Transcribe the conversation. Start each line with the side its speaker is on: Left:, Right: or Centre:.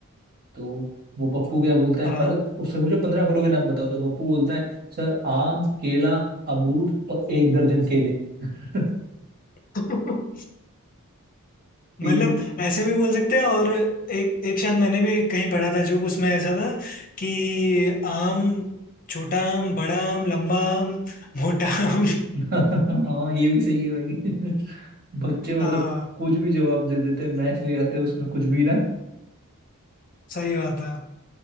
Right: तो वो पप्पू क्या बोलता है
Left: हाँ
Right: पंद्रह उससे पूछे पंद्रह फलों के नाम बताओ तो पप्पू बोलता है सर आम केला अमरूद और एक दर्जन केले <laughs>
Left: <laughs>
Right: तीन
Left: मतलब ऐसे भी बोल सकते हैं और एक एक शायद मैंने भी कहीं पढ़ा था जो उसमें ऐसा था कि आम छोटा आम बड़ा आम लंबा आम मोटा आम
Right: हाँ ये भी सही है भाई <laughs> बच्चे मतलब
Left: <laughs> हाँ
Right: कुछ भी जवाब दे देते हैं मैथ ले आते हैं उसमें कुछ भी ना
Left: सही बात है